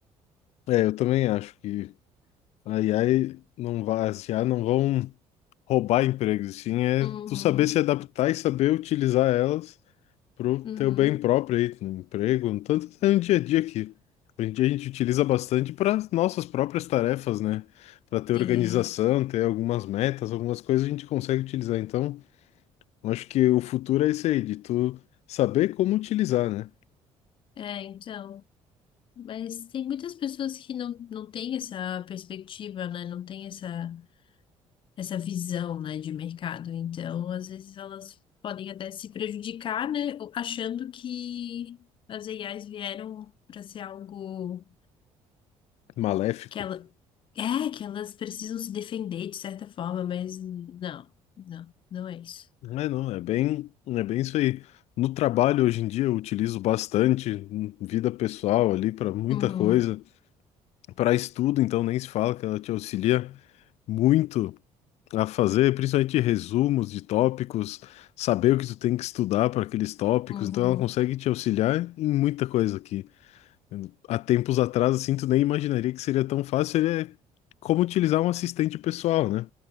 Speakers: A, on the left; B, on the left.
A: É, eu também acho que a IA não vai, as IA não vão. roubar empregos, sim é
B: Uhum,
A: tu saber se adaptar e saber utilizar elas pro
B: uhum,
A: teu bem próprio aí, no emprego, no tanto até no dia a dia aqui. Hoje em dia a gente utiliza bastante para nossas próprias tarefas, né? Para ter organização,
B: sim.
A: ter algumas metas, algumas coisas a gente consegue utilizar. Então, eu acho que o futuro é isso aí, de tu saber como utilizar, né?
B: É, então. Mas tem muitas pessoas que não, não têm essa perspectiva, né? Não têm essa. essa visão, né, de mercado. Então, às vezes elas podem até se prejudicar, né, achando que as AIs vieram para ser algo
A: Maléfico.
B: que ela é, que elas precisam se defender de certa forma, mas não, não, não é isso.
A: Não é não, é bem, é bem isso aí. No trabalho hoje em dia eu utilizo bastante, em vida pessoal ali para muita
B: Uhum,
A: coisa. Para estudo, então, nem se fala que ela te auxilia muito a fazer, principalmente resumos de tópicos, saber o que tu tem que estudar para aqueles tópicos.
B: uhum,
A: Então, ela consegue te auxiliar em muita coisa aqui. Há tempos atrás, assim, tu nem imaginaria que seria tão fácil. Ele é como utilizar um assistente pessoal, né?